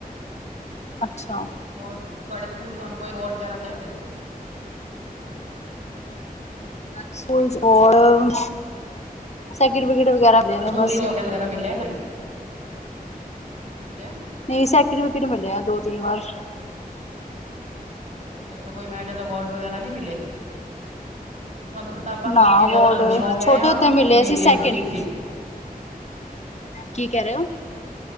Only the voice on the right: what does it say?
ਹੋਰ ਤੁਹਾਡੇ ਸਕੂਲ ਤੁਹਾਨੂੰ ਕੋਈ ਅਵੋਰਡ ਵਗੈਰਾ ਮਿਲਿਆ ਕਦੀ?
ਹੈਲੋ
ਸਕੂਲ
ਵਿੱਚ ਮੈਡਲ ਵਗੈਰਾ ਮਿਲਿਆ ਕਦੀ, ਕੀ ਮਿਲਿਆ?
ਅੱਛਾ-ਅੱਛਾ, ਕੋਈ ਮੈਡਲ, ਅਵਾਰਡ ਵਗੈਰਾ ਨੀ ਮਿਲੇ? ਤੁਹਾਨੂੰ ਕਤਾਬਾਂ ਪੜਨੀਆਂ
ਜ਼ਿਆਦਾ ਅ ਸ਼ੌਂਕ
ਐ ਯਾ
ਮੀਡੀਅਮ
ਠੀਕ-ਠੀਕ?